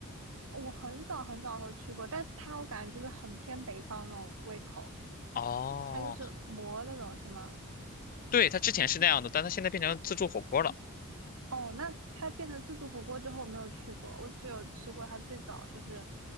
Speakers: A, on the right (about 65°); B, on the left (about 40°).
A: 我很早很早的时候去过，但是他我感觉就是很偏北方那种胃口，
B: 哦，
A: 他就是馍那种是吗？
B: 对，他之前是那样的，但他现在变成自助火锅了。
A: 哦，那他变成自助火锅之后我没有去过，我只有吃过他最早就是，